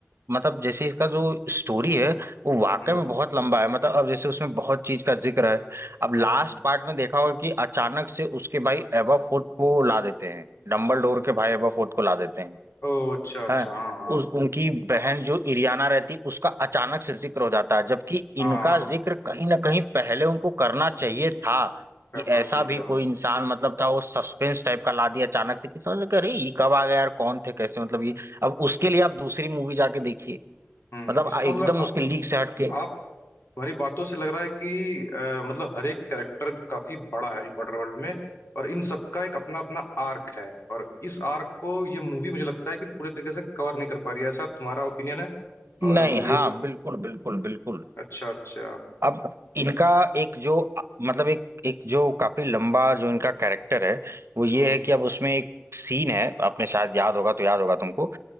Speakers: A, on the right; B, on the left.
A: मतलब जैसे इसका जो स्टोरी है वो वाकई
B: हम्म
A: में बहुत लंबा है मतलब अब जैसे उसमें बहुत चीज का जिक्र है अब लास्ट
B: हम्म।
A: पार्ट में देखा होगा कि अचानक से उसके भाई एबा फोर्ट को ला देते हैं डम्बलडोर के भाई एबा फोर्ट को ला देते हैं
B: ओ अच्छा अच्छा
A: हाँ
B: हाँ हाँ
A: उस उनकी बहन जो इरियाना रहती उसका अचानक से जिक्र हो जाता है जबकि
B: हाँ
A: इनका जिक्र कहीं ना कहीं पहले उनको करना चाहिए था
B: करना
A: कि ऐसा
B: चाहिए
A: भी
B: था
A: कोई इंसान मतलब था वो सस्पेंस टाइप का ला दिया अचानक से कि समझ में कि अरे ये कब आ गया यार कौन थे कैसे मतलब ये अब उसके लिए आप दूसरी मूवी जाके देखिए
B: हम्म
A: मतलब
B: इसका
A: आ- एकदम
B: मतलब आ,
A: उसके लीक से हटके
B: आप तुम्हारी बातों से लग रहा है कि अ, मतलब हर एक कैरेक्टर काफी बड़ा है हैरी पॉटर वर्ल्ड में और इन सबका एक अपना अपना आर्क है और इस आर्क को ये मूवी मुझे लगता है कि पूरे तरीके से कवर नहीं कर पा रही है ऐसा तुम्हारा ओपिनियन है अ,
A: नहीं
B: मतलब
A: हाँ
B: ये
A: बिल्कुल बिल्कुल बिल्कुल
B: अच्छा अच्छा
A: अब इनका एक जो मतलब एक एक जो काफी लंबा जो इनका कैरेक्टर है वो ये
B: हम्म
A: है कि अब उसमें एक सीन है आपने शायद याद होगा तो याद होगा तुमको